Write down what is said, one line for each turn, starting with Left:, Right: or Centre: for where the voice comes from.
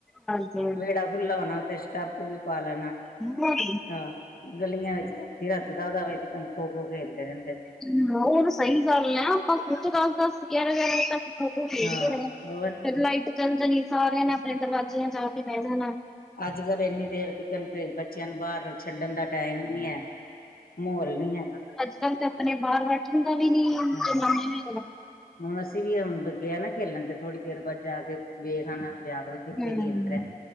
Centre: ਹਾਂਜੀ
Left: ਵਿਹੜਾ ਖੁੱਲਾ ਹੋਣਾ ਉਥੇ ਓਵੀ ਪਾ ਲੈਣਾ-
Centre: ਹਾਂਜੀ
Left: ਆਹ ਗਲੀਆਂ ਵਿਚ ਰਾਤੀ-ਰਾਤੀ ਦਾਸ-ਦਾਸ ਵਵੇ ਤੇ ਤਕ ਖੋ- ਖੋ ਖੇਡਦੇ ਰਹਿਦੇ ਸਾ।
Centre: ਹੂੰ ਹੋਰ ਸਹੀ ਗੱਲ ਐ ਆਪਾਂ ਖੁਦ ਦੱਸ-ਦੱਸ ਗਿਆਰਾਂ- ਗਿਆਰਾਂ ਵਜੇ ਤੱਕ- ਓਦੋ ਖੇਡਦੇ
Left: ਹਾਂ
Centre: ਰਏ
Left: ਹੋਰ
Centre: ਆ ਲਾਈਟ ਚੱਲ ਜਾਣੀ ਸਾਰਿਆਂ ਨੇ ਆਪਣੇ ਦਰਵਾਜ਼ਿਆਂ ਜਾ ਕੇ ਬਹਿ ਜਾਣਾ।
Left: ਅੱਜ-ਕੱਲ੍ਹ ਇੰਨੀ ਦੇਰ ਬੱਚਿਆਂ ਨੂੰ ਬਾਹਰ ਛੱਡਣ ਦਾ ਟਾਈਮ ਈ ਨੀ ਹੈ, ਮਾਹੌਲ ਨੀ ਹੈਗਾ।
Centre: ਅੱਜਕੱਲ੍ਹ ਤੇ ਆਪਣੇ ਬਾਹਰ ਬੈਠਣ ਦਾ ਵੀ ਨੀ, ਜਮਾਨਾ
Left: ਹਾਂ।
Centre: ਹੈਗਾ।
Left: ਹੁਣ ਅਸੀਂ ਵੀ ਹੁਣ ਗਏ ਆ ਨਾ ਖੇਲਣ ਤੇ ਥੋੜ੍ਹੀ ਦੇਰ ਬਾਅਦ ਜਾ ਕੇ ਵੇਖਾ ਆਨਾ ਜਾ ਕੇ ਕਿੱਥੇ
Centre: ਹੂੰ।
Left: ਖੇਡ ਰਿਹਾ